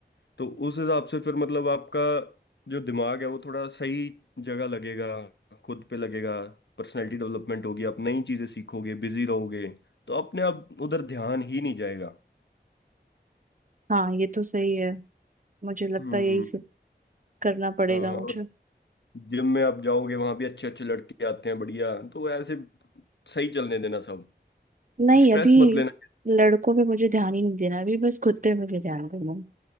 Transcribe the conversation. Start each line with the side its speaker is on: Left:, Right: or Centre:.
Left: तो उस हिसाब से फिर मतलब आपका जो दिमाग है वो थोड़ा सही जगह लगेगा खुद पे लगेगा पर्सनैलिटी डेवलपमेंट होगी आप नई चीजें सीखोगे बिजी रहोगे तो अपने आप उधर ध्यान ही नहीं जाएगा
Right: हाँ ये तो सही है मुझे लगता
Left: हम्म
Right: है यही सब करना पड़ेगा
Left: हाँ, और
Right: मुझे
Left: जिम में आप जाओगे वहां भी अच्छे अच्छे लड़के आते हैं बढ़िया तो ऐसे सही चलने देना सब
Right: नहीं
Left: स्ट्रेस
Right: अभी
Left: मत लेना
Right: लड़कों पे मुझे ध्यान ही नहीं देना अभी बस खुद पे मुझे ध्यान देना है